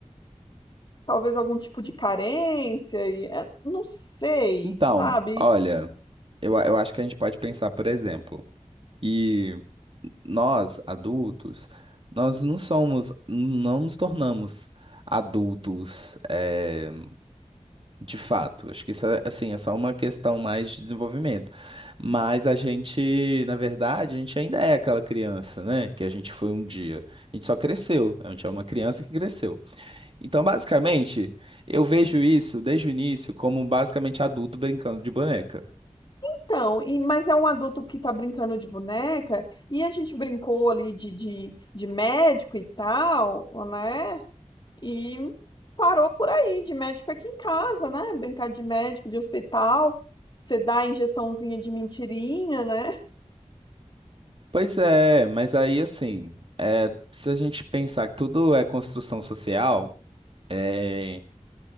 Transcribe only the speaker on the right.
Então,
olha, eu, a- eu acho que a gente pode pensar, por exemplo, que nós, adultos, nós não somos, não nos tornamos adultos, eh, de fato. Acho que isso é, assim, é só uma questão mais de desenvolvimento. Mas a gente, na verdade, a gente ainda é aquela criança, né? Que a gente foi um dia. A gente só cresceu. A gente é uma criança que cresceu. Então, basicamente, eu vejo isso desde o início como basicamente adulto brincando de boneca.
Pois é, mas aí assim, é, se a gente pensar que tudo é construção social, é,